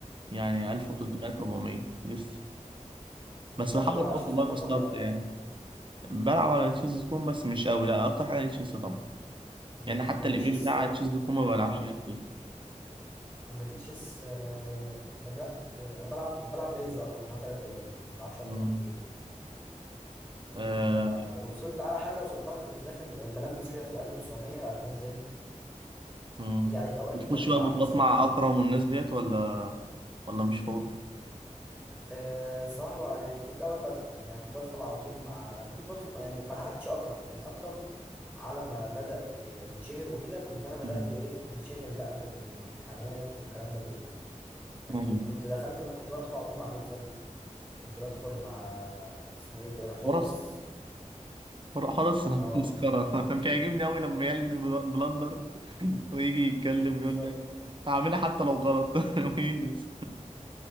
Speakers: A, on the right; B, in the centre.
A: يعني 1300
B: مم.
A: 1400 لسه بس
B: انت
A: بحاول
B: بتلعب
A: اطور
B: على شيز
A: والله
B: دوت كوم
A: من مستواي
B: ولا
A: بلعب على تشيز دوت كوم بس مش قوي لا اكتر حاجه على تشيز طبعا
B: مم.
A: يعني حتى
B: انا ريتشيس
A: الايميل بتاع
B: ال...
A: تشيز دوت كوم ما بلعبش
B: اه
A: عليه كتير
B: انا ريتشيس آه بدأت انا بلعب بلعب بليدز اكتر اللي هو 3 دقايق ما بلعبش اكتر
A: مم.
B: من كده
A: آه.
B: فوصلت على حاجة وصلتها كنت داخل بلمس كده في ال 1900 بعد كده نزلت
A: مم.
B: بتيجي عليك أوقات
A: بتخش
B: كده بتلعب
A: بقى بطولات
B: مثلا
A: مع اكرم والناس ديت ولا ولا مش فاضي
B: آه، الصراحة بقى- يعني كنت الأول بدخل يعني كنت بدخل على طول مع ما كنتش بدخل يعني ما لحقتش أكرم يعني أكرم على ما بدأ ي- يتشهر وكده كنت أنا بدأت
A: مم.
B: إيه أنشغل بقى في الامتحانات والكلام ده كله لكن
A: مم.
B: كنت دخلت بقى كنت بدخل على طول مع نوفل كنت بدخل مع اسمه إيه ده حورس
A: حرس حر- حرس
B: أه
A: <laughs> مسكرة أنا بيعجبني أوي لما يعلم البل- بلندر <laughs> ويجي يتكلم
B: بالظبط
A: يقول لك هعملها حتى لو غلط <laughs> ويلبس